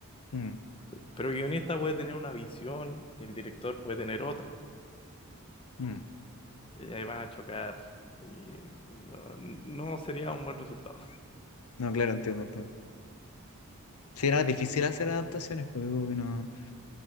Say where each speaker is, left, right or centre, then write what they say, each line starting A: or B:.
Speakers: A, on the left; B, on the left.
A: Mm,
B: Pero el guionista puede tener una visión y el director puede tener otra.
A: mm.
B: Y ahí van a chocar y no, no sería un buen resultado.
A: No, claro, entiendo, entiendo. Sí, era difícil hacer adaptaciones, pues como que no.